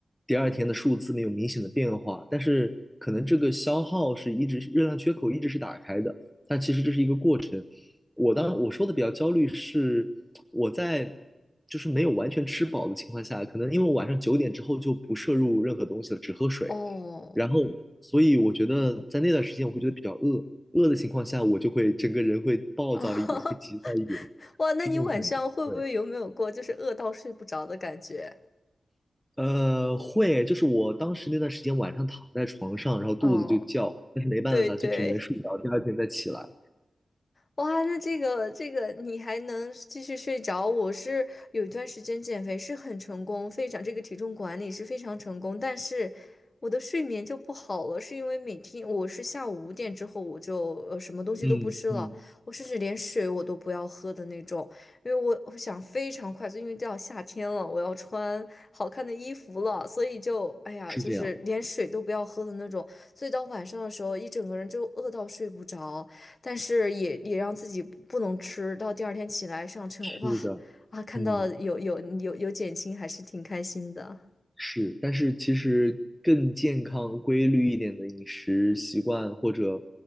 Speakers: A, in the centre; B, on the left.
A: 第二天的数字没有明显的变化，但是可能这个消耗是一直热量缺口一直是打开的，但其实这是一个过程。我当我说的比较焦虑是我在就是没有完全吃饱的情况下，可能因为我晚上九点之后就不摄入任何东西了，只喝水。
B: 哦，
A: 然后，所以我觉得在那段时间，我会觉得比较饿，饿的情况下，我就会整个人会暴躁一点，
B: <laughs> 啊。
A: 会急躁一点，
B: 哇，那你晚上会不会有没有过就是饿到睡不着的感觉？
A: 是这种感觉。对，呃，会，就是我当时那段时间晚上躺在床上，然后肚子就叫，
B: 哦，
A: 但是没办法，
B: 对对。
A: 就只能睡着，第二天再起来。
B: 哇，那这个这个你还能继续睡着？我是有一段时间减肥是很成功，非常这个体重管理是非常成功，但是我的睡眠就不好了，是因为每天我是下午五点之后我就呃什么东西都不吃了，
A: 嗯嗯，
B: 我甚至连水我都不要喝的那种，因为我我想非常快速，因为到夏天了，我要穿好看的衣服了，所以就哎呀，
A: 是这样，
B: 就是连水都不要喝的那种，所以到晚上的时候一整个人就饿到睡不着。但是也也让自己不不能吃，到第二天起来上称，
A: 是的，
B: 哇啊，看到有有有有减轻，
A: 嗯
B: 还是挺开心的。
A: 是，但是其实更健康、规律一点的饮食习惯或者